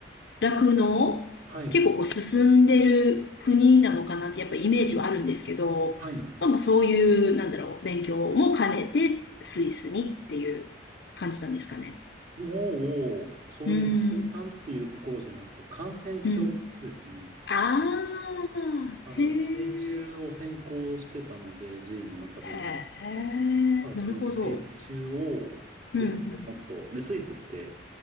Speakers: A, on the left; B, on the right.
A: 酪農結構こう進んでる国なのかなってやっぱイメージはあるんですけど、
B: はい。はい。
A: まあまあそういう、なんだろう、勉強も兼ねてスイスにっていう感じなんですかね。
B: もう、そういう生産っていうところじゃなくて、
A: うーん。
B: 感染症ですね。
A: うん。ああ、
B: だから、
A: へえ、
B: 寄生虫を専攻してたので、獣医の中でも。
A: へえ、
B: だから、
A: なるほど。
B: その寄生虫を勉強をもっと、
A: うん、
B: で、スイスって